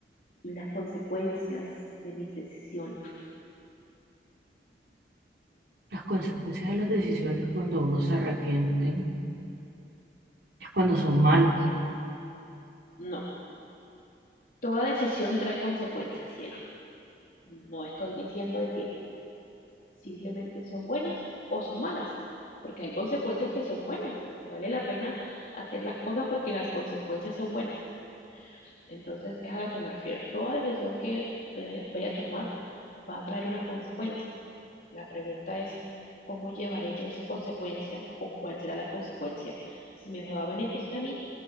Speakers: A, on the left; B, on the right.
A: y las consecuencias de mis decisiones.
B: Las consecuencias de las decisiones cuando uno se arrepienten es cuando son malas.
A: No, toda decisión trae consecuencias, cielo. No estoy diciendo de que simplemente son buenas o son malas, porque hay consecuencias que son buenas, que vale la pena hacer las cosas porque las consecuencias son buenas. Entonces, es a lo que me refiero. Toda decisión que vaya, vaya a tomar va a traer una consecuencia. La pregunta es, ¿cómo llevaré yo esa consecuencia o cuál será la consecuencia? Si me va a beneficiar a mí